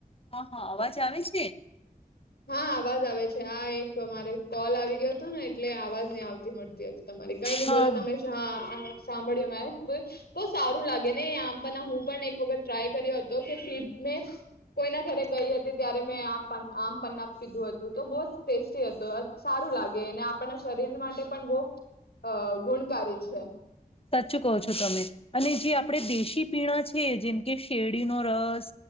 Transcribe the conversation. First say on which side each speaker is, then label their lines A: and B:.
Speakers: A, on the left; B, on the left.
A: હા હા અવાજ આવે છે.
B: હા! અવાજ આવે છે આ એક મારે કોલ આવી ગયો હતો ને એટલે અવાજ નહી આવતી મળતી હતી. તમારે કઈ નઈ
A: હા
B: બોલો તમેશા હા. સાંભળ્યું મે બ સારું લાગે ને આમપ હું પણ એક વખત ટ્રાય કર્યો હતો કે ફ મેં કોઈના ઘરે ગઈ હતી ત્યારે મે. ના પીધું હતું તો બસ ટેસ્ટી હતો સારું લાગે આપણના શરીર માટે પણ બહ ગુણકારી છે.
A: સાચું કહો છો તમે, અને જે આપણે દેશી પીણા છે જેમકે શેરડીનો રસ